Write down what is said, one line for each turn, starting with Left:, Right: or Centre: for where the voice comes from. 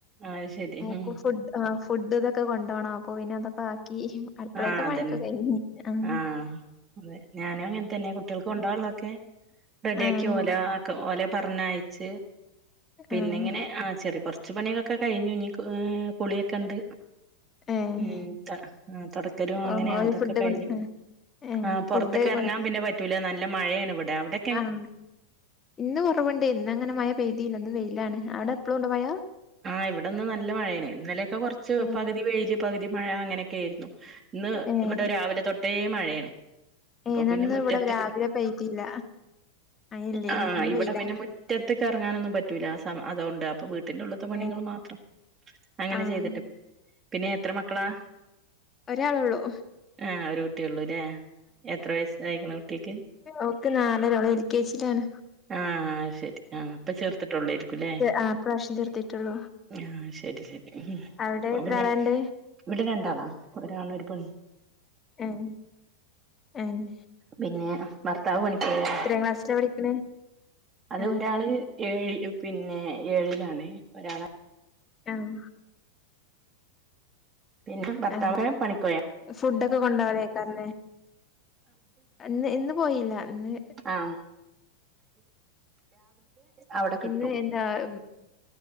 Right: ആഹ് അത് ശരി
Left: മോക്ക്
Right: ഉം
Left: ഫു് ഫുഡ് ഇതൊക്കെ കൊണ്ടാണം അപ്പൊ പിന്നെ അതൊക്കെ ആക്കി. അടുക്കളേത്തെ
Right: ആഹ അതന്നെ
Left: പണിയൊക്കെ കഴിഞ്ഞ് ആഹ്
Right: ആഹ അതെ ഞാനും അങ്ങനെത്തന്നെ കുട്ടികൾക്ക് കൊണ്ടാവള്ളൊതോക്കെ റെഡി
Left: ആഹ്
Right: ആാക്കി ഓല ആ ഓല പറഞ്ഞയ്ച്ച്. പിന്നെ
Left: ആഹ്
Right: ഇങ്ങനെ ആ ചെറിയ കുറച്ച് പണികളൊക്കെ കഴിഞ്ഞു കുളിയൊക്കെ ഉണ്ട്.
Left: ഏഹ്
Right: ഉം ത തുടക്കല് അങ്ങനെ
Left: ഓഹ് ഓല്
Right: അതൊക്കെ
Left: ഫുഡ്
Right: കഴിഞ്ഞു.
Left: കൊ ഏഹ്
Right: ആ പുറത്ത്ക്
Left: ഫുഡ് കൊ
Right: ഇറങ്ങാൻ പിന്നെ പറ്റൂല നല്ല മഴയാണ് ഇവിടെ അവിടെ
Left: ആഹ ഇന്ന് കുറവുണ്ട് ഇന്ന് അങ്ങനെ മഴ പെയ്തിയില്ല. ഇന്ന് വെയിലാണ്. അവിടെ എപ്പഴുംണ്ടോ മഴ.
Right: ആഹ് ഇവിടെന്ന് നല്ല മഴേന ഇന്നലെയൊക്കെ കുറച്ച്
Left: ഏഹ്
Right: പകുതി വെയില് പകുതി മഴ അങ്ങനെയൊക്കെ ആയിരുന്നു. ഇന്ന്
Left: ഏഹ്
Right: ഇവിടെ രാവിലെ തൊട്ടേ മഴയാണ്. അപ്പൊ
Left: ഏഹ് ഞാനിന്ന്
Right: പിന്നെ മുറ്റത്തക്ക്
Left: ഇവിടെ രാവിലെ പെയ്തില്ല. മഴയില്ലേനി
Right: ആഹ
Left: ഇന്ന്
Right: ഇവിടെ
Left: വെയിലാ.
Right: പിന്നെ മുറ്റത്ത് ക് ഇറങ്ങാനൊന്നും പറ്റുല്ല. ആ അതുകൊണ്ട് അപ്പം വീട്ടന്റെ ഉള്ളി പത്ത് മണികൾ
Left: ഏഹ്
Right: മാത്രം അങ്ങനെ
Left: ആഹ്
Right: ചെയ്തിട്ട് പിന്നെ എത്ര മക്കളാ.
Left: ഒരാള് ഉള്ളൂ.
Right: ഏ ഒരു കുട്ടിയള്ളൂല്ലേ എത്ര വയസ്സായിക്ക്ണ് കുട്ടിക്ക്.
Left: ഓക്ക് നാലര് എ കെ ജി ല ണ്
Right: ആഹ ശരി ആഹ് ഇപ്പൊ ചേർത്തിട്ടുള്ളായിരിക്കും. ല്ലേ
Left: ആ ഇ പ്രവശം ചെർത്തിട്ടുള്ളു.
Right: ആഹ ശരി ശരി
Left: അവിടെ എത്ര
Right: പിന്നെ
Left: ആളാണ്ട്?
Right: ഇവിടെ രണ്ടാ ആളണ് ഒരുആൺ ഒര് പെണ്.
Left: ആഹ ആഹ
Right: പിന്നെ ഭർത്താവ് പണിക്ക ക
Left: ക്ലാസ്സിലാ പഠിക്കണേ?
Right: അത്
Left: ആഹ്
Right: ഒരാള് ഏഴ പിന്നെ ഏഴിലാണ് ഒരാള്
Left: ആഹ്
Right: പിന്നെ ഭർത്താവ്
Left: ആഹ്
Right: പണിക്കൊയാ.
Left: ഫുഡൊക്കെ കൊണ്ട് പോകല് ക്കാറല്ലേ ഇന്ന് ഇന്ന് പോയില്ല ഇന്ന്
Right: ആഹ അവിടെ കിട്ടും
Left: ഇന്ന് എന്താ <inaudible>